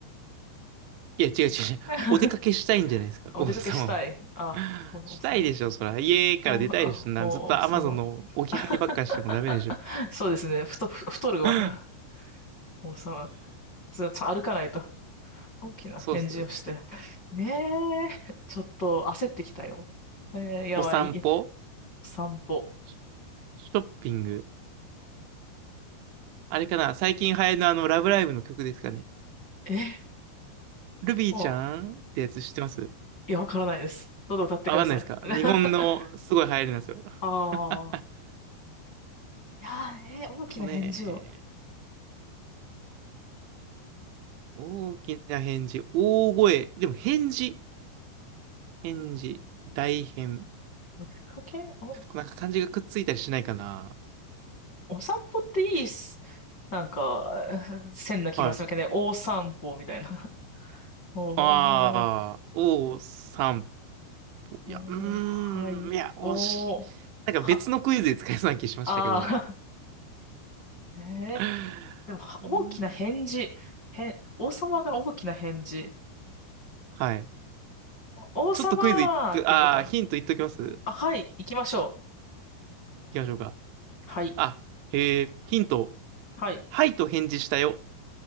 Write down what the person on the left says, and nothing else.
<laughs>
あお出かけしたい。
あ、
お王様。
お、あお王様。
<laughs> そうですね。太、ふ太るわ。
<laughs> 王様。ちょっと歩かないと。大きな返事をして。
ねえ。ちょっと焦ってきたよ。えーやばい。
散歩。
え、
お、いや、わからないです。どうぞ歌ってください。
<laughs> あ
あ。いやー、えー大きな返事を。
お出かけお、
お散歩っていいっす。なんか、<laughs> 線な気がするけどね。
お散歩みたいな。<laughs> おー、
おー、
はい。
おー、
は、あー。<laughs> えー、
でも、は大きな返事。へん、王様が大きな返事。
王様って言うと、
あ、はい、行きましょ
う。はい、
はい。